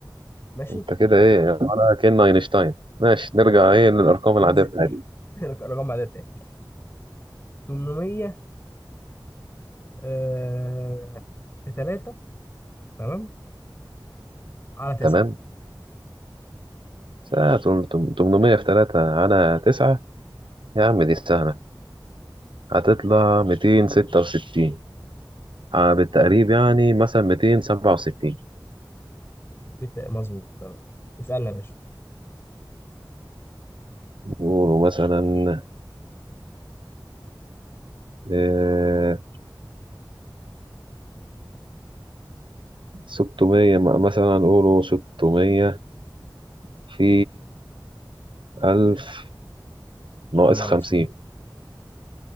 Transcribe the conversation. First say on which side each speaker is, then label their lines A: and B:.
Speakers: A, on the left; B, on the right.
A: ماشي
B: انت كده ايه ولا كأن اينشتاين ماشي نرجع ايه
A: ن-
B: للارقام
A: ننزل
B: العادية بتاعتنا
A: <laughs> الارقام العاديه بتاعتنا 800 آه... في 3 تمام على 9
B: تمام ساعة تم- تم- 800 في 3 على 9 يا عم دي سهلة هتطلع 266 آه، بالتقريب يعني مثلا 267
A: بت... مظبوط تمام اسألنا يا باشا
B: قولوا مثلا آه، 600 م- مثلا قولوا 600 في 1000 ناقص
A: يا نهار
B: 50
A: اسود